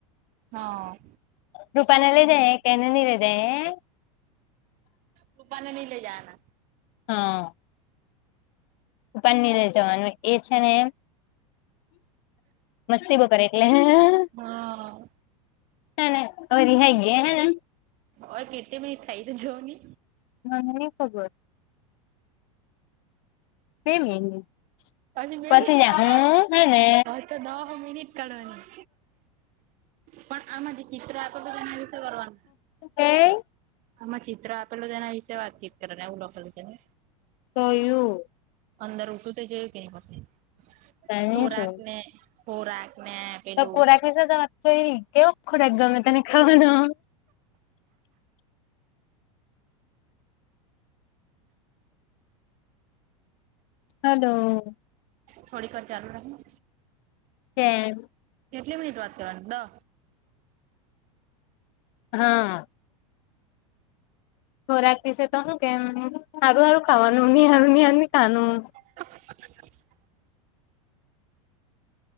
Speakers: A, on the right; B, on the left.
A: હા.
B: તુ બનાવી દે કેનનીલઇજાયે.
A: પપ્પાન નઈ લઈ જવાના.
B: હા. પપ્પાન લઈ જવાનું એ છે ને એમ મસ્તી બઉ કર એટલે હેહેહ.
A: હા
B: હેને અવ રિહાઈ ગ્યા હેને.
A: ઓઈ કેટી મિનીટ થઈ તે જોને
B: મને ની ખબર બે મિનિટ
A: <unintelligible>
B: પછી જા હું હેને
A: હા તો દહ મિનીટ કાઢવાની પણ આમાંથી ચિત્ર આપે, બધા ને વિશે કરવાનું.
B: કઈ
A: આમાં ચિત્ર આપેલું તેના વિશે વાતચીત કરે ને, એવું લખેલું છે ને.
B: કયું?
A: અંદર ઉઠું તો જોયું કે નહીં પછી.
B: તને
A: ખોરાક
B: જોયું
A: ને ખોરાક ને પેલું
B: તો ખોરાક વિશે તમે કંઈ, કેવો ખોરાક ગમે તને ખાવાનો? હલો.
A: થોડીકવાર ચાલુ રાખને.
B: કેમ
A: કેટલી મિનિટ વાત કરવાની.
B: હા. ખોરાક વિશે તો કેવાનું, સારું સારું ખાવાનું, નિહારું નિહારુ નીખાવાનું.
A: <inaudible>